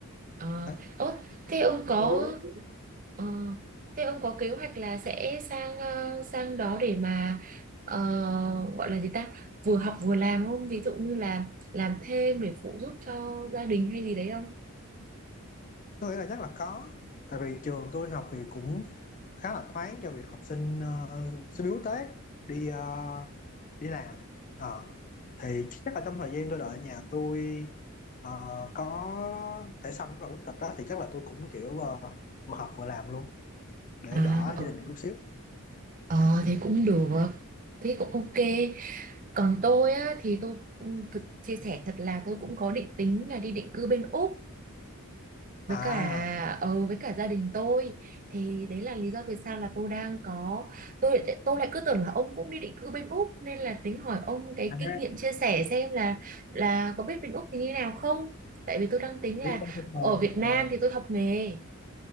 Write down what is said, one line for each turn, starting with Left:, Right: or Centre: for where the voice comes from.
Right: Ờ,
Left: Đấy.
Right: ốt, thế ông có
Left: Đúng.
Right: ờ, thế ông có kế hoạch là sẽ sang ờ, sang đó để mà ờ, gọi là gì ta? Vừa học vừa làm không? Ví dụ như là làm thêm để phụ giúp cho gia đình hay gì đấy không?
Left: tôi nghĩ là chắc là có tại vì trường tôi học thì cũng khá là thoáng cho việc học sinh ờ, sinh viên quốc tế đi ờ, đi làm Ờ. thì chắc là trong thời gian tôi đợi nhà tôi ờ, có thẻ xanh và quốc tịch đó thì chắc là tôi cũng kiểu ờ, vừa học vừa làm luôn để
Right: À,
Left: đỡ gia đình được chút xíu
Right: Ờ thì
Left: ừ.
Right: cũng được, thế cũng ok. Còn tôi á thì tôi ừ, thực chia sẻ thật là tôi cũng có định tính là đi định cư bên Úc với
Left: à
Right: cả ờ, với cả gia đình tôi. Thì đấy là lý do vì sao là tôi đang có tôi tôi lại cứ tưởng là ông cũng đi định cư bên Úc nên là tính hỏi ông cái
Left: à,
Right: kinh nghiệm chia sẻ xem là là có biết bên Úc thì như nào không? Tại vì tôi đang tính
Left: tiếc
Right: là
Left: quá cái
Right: ở Việt Nam
Left: môn,
Right: thì tôi học nghề.